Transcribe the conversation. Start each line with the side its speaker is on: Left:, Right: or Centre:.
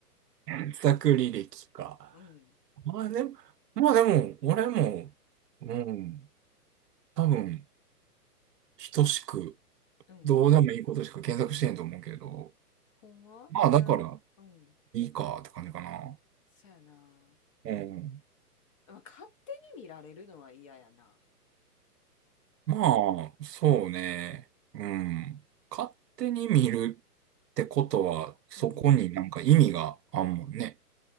Right: 自作履歴か。
Left: うん。
Right: まあでも、まあでも、俺も、うん。多分、等しく、
Left: うん。
Right: どうでもいいことしか検索してんと思うけど。
Left: ほんまいや、
Right: まあだから、
Left: うん。
Right: いいかって感じかな。
Left: そやな。
Right: うん。
Left: いまあ、勝手に見られるのは嫌やな。
Right: まあ、そうね。うん。勝手に見るってことは、そこになんか意味があんもんね。
Left: うん。